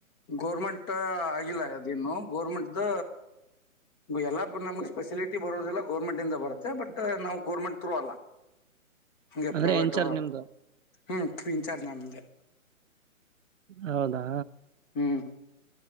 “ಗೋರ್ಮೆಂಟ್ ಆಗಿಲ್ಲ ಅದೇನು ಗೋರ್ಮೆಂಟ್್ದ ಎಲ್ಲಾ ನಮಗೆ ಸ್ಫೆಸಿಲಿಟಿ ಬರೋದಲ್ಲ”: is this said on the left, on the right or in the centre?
Left